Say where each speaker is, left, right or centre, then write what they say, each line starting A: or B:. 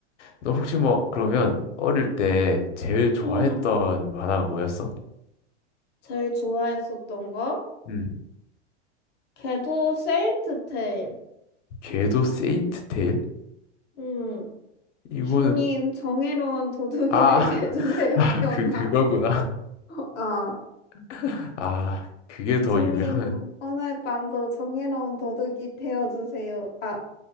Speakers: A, on the left; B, on the left.
A: 너 혹시 뭐 그러면 어릴 때 제일 좋아했던
B: 응.
A: 만화가 뭐였어?
B: 제일 좋아했었던 거?
A: 음
B: 걔도 세인트 테일.
A: 궤도 세인트 테일
B: 응.
A: 이거는
B: 주님, 정의로운 도둑이
A: 아
B: 되게
A: <laughs>
B: 해주세요.
A: 아
B: <laughs> 기억나?
A: 그 그거구나
B: 어. 아.
A: <laughs> 아 그게 더
B: 주님,
A: 유명한
B: 오늘 밤도 정의로운 도둑이 되어주세요. 아,